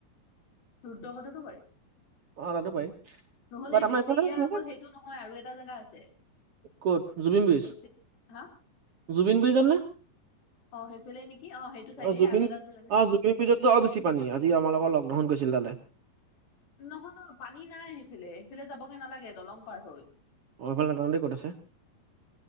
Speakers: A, on the left; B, on the right.
A: দুদ্ধ কটোটো বাৰি।
B: অ তাতো পাৰি।
A: নহলে
B: বাট
A: এই
B: আমাৰ
A: বেচে
B: এইফালে
A: ইয়াৰ
B: ভালে
A: অকল সেইটো নহয় আৰু এটা জেগা আছে?
B: ক'ত জুবিন বিজ,
A: বেচে হা
B: জুবিন ব্ৰিজৰ নে?
A: অ' সেইফালে নেকি সেইটো চাইডে
B: অ জুবিন,
A: আৰু এটা যে জেগা
B: অ জুবিন ব্ৰিজত তো আৰু বেছি পানী আজি আমাৰ লগত লগডাউন গৈছিল তালে।
A: নহয় ন পানী নাই সেইফালে, সেইফালে যাবগে নালাগে দলং পাৰ হৈ।
B: অঁ সেইফালে নাজানো দেই ক'ত আছে।